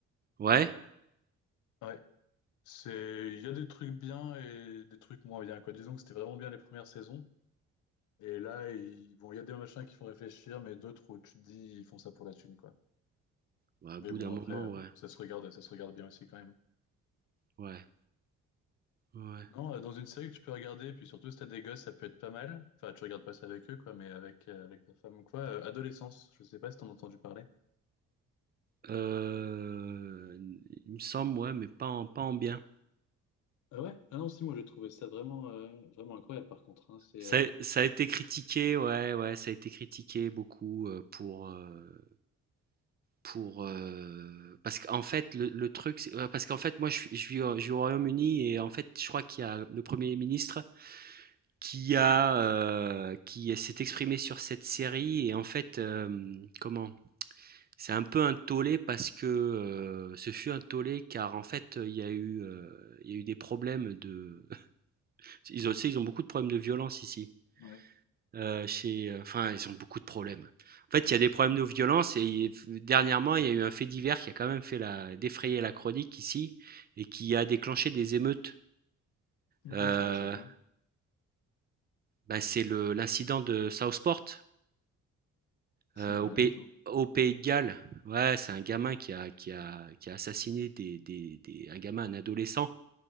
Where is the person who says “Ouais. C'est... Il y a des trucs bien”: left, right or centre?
Left